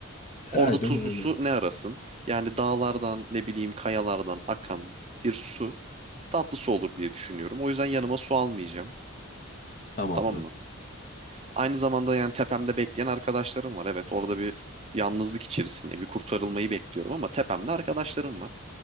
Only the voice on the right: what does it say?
Orada
tuzlu
su ne arasın? Yani dağlardan, ne bileyim kayalardan akan bir su tatlı su olur diye düşünüyorum. O yüzden yanıma su almayacağım.
Tamam mı? Aynı zamanda yani tepemde bekleyen arkadaşlarım var. Evet orada bir yalnızlık içerisinde bir kurtarılmayı bekliyorum ama tepemde arkadaşlarım var.